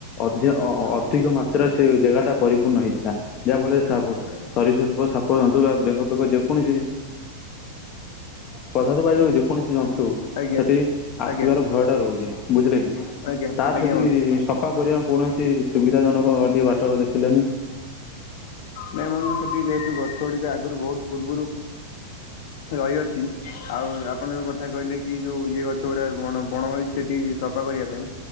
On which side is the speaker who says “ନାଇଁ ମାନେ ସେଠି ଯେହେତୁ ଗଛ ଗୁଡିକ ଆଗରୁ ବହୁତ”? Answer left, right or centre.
Left